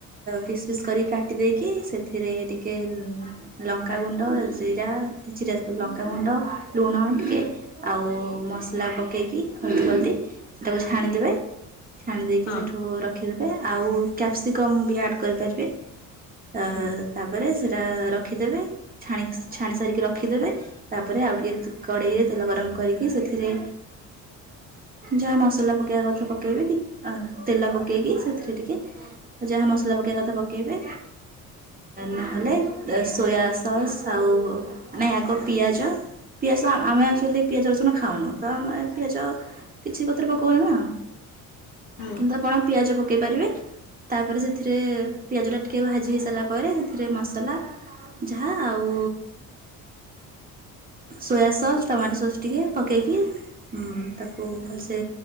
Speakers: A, on the right (about 25°); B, on the left (about 75°).
A: ପିସ୍ ପିସ୍ କରିକି କାଟି ଦେଇେଇକି ସେଥିରେ ଟିକେ ଲଙ୍କାଗୁଣ୍ଡ ଜିରା ଜିରା ଲଙ୍କାଗୁଣ୍ଡ ଲୁଣ ଟିକେ ଆଉ ମସଲା ପକେଇକି ହଳଦୀ ହଳଦୀ ସେଟାକୁ ଛାଣିଦେବେ। ଛାଣି ଦେଇେଇକି
B: ହଁ
A: ସେଇଠୁ ରଖିଦେବେ ଆଉ କ୍ୟାପ୍ସିକମ୍ ବି ଆଡ଼୍ କରିପାରିବେ। ତ
B: ହୁଁ
A: ତାପରେ ସେଇଟା ରଖିଦେବେ। ଛାଣି ଛାଣି ସାରିକି ରଖିଦେବେ ତାପରେ ଆଉ ଟିକେ କଡ଼େଇରେ ତେଲ ଗରମ କରିକି ସେଥିରେ ଯାହା ମସଲା ପକେଇବା କଥା ପକେଇବେ କି ତେଲ ପକେଇକି ସେଥିରେ ଟିକେ ଯାହା ମସଲା ପକେଇବା କଥା ପକାଇବେ ନହେଲେ ସୋୟା ସସ୍ ଆଉ ନାଇଁ ଆଗ ପିଆଜ ପିଆଜ ଆମେ ଆଚୁଲି ପିଆଜ ରସୁଣ ଖାଉନୁ ତ ଆମେ ପିଆଜ କିଛି କଥରେ <inaudible> ପକଉନୁ ନା
B: ହୁଁ।
A: କିନ୍ତୁ ଆପଣ ପିଆଜ ପକାଇ ପାରିବେ। ତାପରେ ସେଥିରେ ପିଆଜଟା ଟିକିେ ଭାଜି ହେଇସାରିଲା ପରେ ସେଥିରେ ମସଲା ଯାହା ଆଉ ସୋୟା ସସ୍ ଟମାଟୋ ସସ୍ ଟିକେ ପକେଇକି ତାକୁ ଭଲସେ